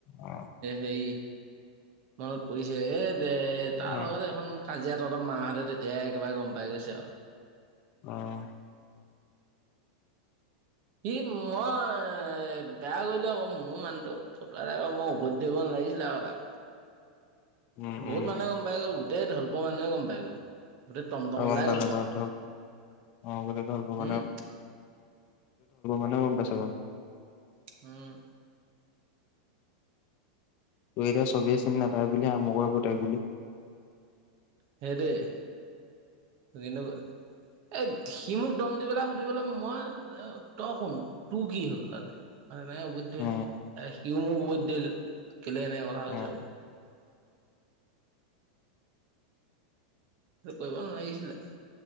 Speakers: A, on the left; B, on the right.
A: অ
B: সেই। মনত পৰিছে এ দে তাৰ
A: অ
B: লগত এখন কাজিয়া ত মাহঁতে তেতিয়াই একেবাৰে গম পাই গৈছে আৰু
A: অ, '
B: সি মই বেয়া কৰিলে আকৌ মোৰ মানুহটো ফটোই মই উভতি ধৰিব নালাগিছিলে আক তাক।
A: উম
B: বহুত
A: উম
B: মানুহেই গম পাই গ'ল তেই ঢলপুৰৰ মানুহে গম পাই গ'ল গোটেই টমটমলাই
A: আৰু গম পালো <unintelligible> অ
B: পালে
A: গম পালে গোটেই ঢলপোৱা
B: উম
A: মানুহে পাইছে
B: উম।
A: ত এতিয়া চবেই চিনি নাপায় বুলি আমাক পতাই বুলি
B: সেইটোয়ে কিন্তু এই সি মোক দম দি পেলাই সুধিবলৈ মই তই শুন তোৰ কি হ'ল তাতে। ম নাই উবধ ধৰি
A: অ
B: ল এ সিও মোক উভতি ধৰিলো কেলে এনে কথা
A: অ
B: কইছো সেইটো কৰিব নালাগিছিলে